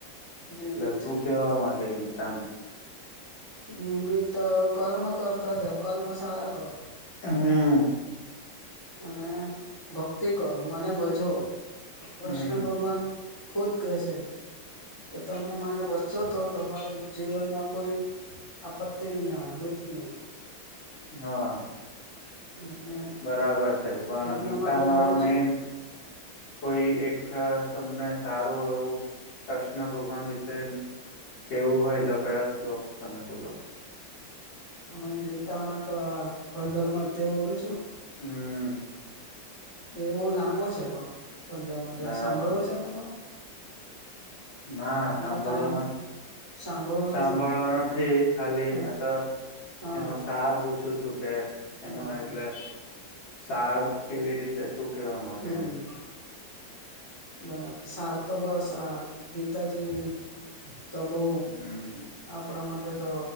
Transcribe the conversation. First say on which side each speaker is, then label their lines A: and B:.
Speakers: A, on the left (about 15°); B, on the left (about 75°).
A: નિયમિત
B: એટલે શું કેવા માગે ગીતામાં?
A: નિયતિત કર્મ કરતા જાવ કર્મ સારા કરો
B: હમ.
A: અને ભક્તિ કરો મને ભજવો કૃષ્ણ
B: હમ
A: ભગવાન ખુદ કેસે કે તમે મને બસશો તો તમારે જીવનમાં કોઈ આપત્તે ની આવે દુખ ની આવે
B: હા.
A: આવે
B: બરાબર છે, પણ
A: એટલા
B: ગીતામાં
A: માટે રોજ
B: મેન કોઈ એક તમને સારું એવું કૃષ્ણ ભગવાન વિશે કેવું હોય તો કયા શ્લોક તમે બોલો?
A: હુય ગીતામાં તો આ પંદર મધ્ય બોલું છું.
B: હમ.
A: એ બો લાંબો છે, પણ પંદરમો અધ્યાય
B: બરાબર
A: સાંભળવો છે તમાર?
B: ના સાંભળવા
A: ટાઈમ
B: ન
A: સાંભળવો નથી
B: સાંભળવા નથી ખાલી
A: હા
B: આ ત
A: હા
B: એનો સાર પૂછું છું કે એમાં
A: બરાબર
B: એટલે સાર કેવી રીતે શું કેવા માંગે
A: હમ
B: એમ
A: બરાબર સારતો બસ આ પિતાજી તો બઉ
B: હમ
A: આપણા મા ટે તો